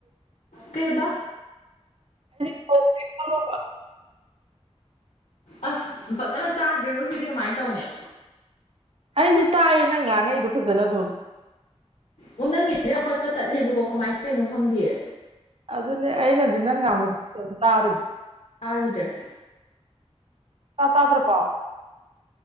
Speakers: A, on the left; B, on the right.
A: ꯀꯩꯕ
B: <unintelligible>
A: ꯑꯁ ꯐꯖꯅ ꯇꯥꯗ꯭ꯔꯦꯕꯨ ꯁꯤꯗꯤ ꯀꯃꯥꯏꯟ ꯇꯧꯅꯤ
B: ꯑꯩꯗꯤ ꯇꯥꯏꯌꯦ ꯅꯪ ꯉꯥꯡꯉꯛꯏꯗꯣ ꯐꯖꯅ ꯗꯨꯝ
A: ꯑꯣ ꯅꯪꯒꯤ ꯌꯥꯝ ꯄꯠ ꯄꯠ ꯇꯠꯂꯦꯕꯀꯣ ꯀꯃꯥꯏꯟ ꯇꯧꯏꯅꯣ ꯈꯪꯗꯤꯌꯦ
B: ꯑꯗꯨꯅꯦ ꯑꯩꯅꯗꯤ ꯅꯪ ꯉꯥꯡꯕ <unintelligible> ꯇꯥꯔꯤꯗꯣ
A: ꯇꯥꯒꯤꯗ꯭ꯔꯦ
B: ꯇꯥ ꯇꯥꯗ꯭ꯔꯕꯣ